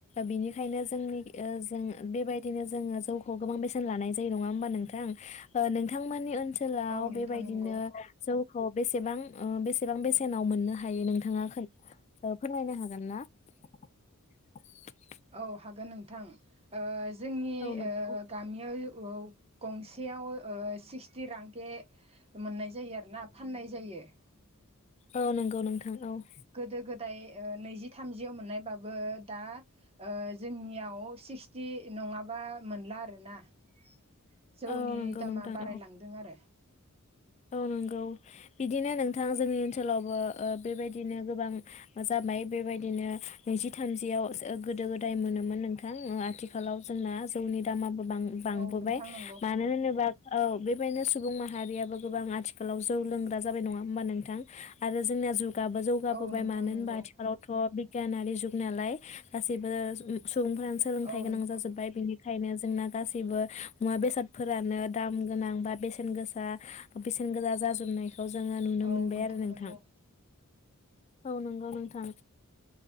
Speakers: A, on the left; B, on the right.
A: बेनिखायनो जोंनि ओ जों बेबायदिनो जोङो जौखौ गोबां बेसेन लानाय जायो नङा होमबा नोंथां? ओ नोंथांमोननि ओनसोलाव
B: औ नोंथां
A: बेबायदिनो
B: नंगौ
A: जौ खौ बेसेबां ओ बेसेबां बेसेनाव मोननो हायो नोंथाङा खोन ओ फोरमायनो हागोन ना? <inaudible>
B: औ हागोन नोंथां ओ जोंनि
A: औ नंगौ
B: ओ गामियाव औ गंसेयाव सिक्सटि रांके मोननाय जायो आरोना फाननाय जायो । के <unintelligible>
A: औ नंगौ नोंथां औ ।
B: गोदो गोदाय ओ नैजि थामजियाव मोननायबाबो दा ओ जोंनियाव सिक्सटि नङाबा मोनला आरोना ।
A: <inaudible>
B: जौनि
A: औ नंगौ
B: दामा
A: नोंथां
B: बारायलांदों
A: औ
B: आरो ।
A: औ नंगौ बिदिनो नोंथां जोंनि ओनसोलावबो ओ बेबायदि दिनो गोबां जाबाय बेबायदिनो नैजि थामजियावसो गोदो गोदाय मोनोमोन नोंथां। उम आथिखालाव जोंना जौनि दामाबो बां-बांबोबाय
B: औ नोंथां नंगौ
A: मानो होनोबा औ बेबायदिनो सुबुं माहारियाबो गोबां आथिखालाव जौ लोंग्रा जाबाय नङा होमबा नोंथां आरो जोंनिया जुग गाबो जौगाबोबाय
B: औ नोंथां
A: मानो होनबा
B: नंगौ
A: आथिखालावथ' बिगियानारि जुग नालाय गासैबो <inaudible> सुबुंफोरानो सोलोंथाइ
B: औ
A: गोनां
B: नोंथां
A: जाजोब्बाय बिनि खायनो जोंना गासैबो मुवा बेसादफोरानो दाम गोनां बा बेसेन गोसा बेसेन गोजा जाजोबनायखौ जोङो नुनो
B: औ
A: मोनबाय आरो नोंथां।
B: नंगौ
A: औ नंगौ नोंथां।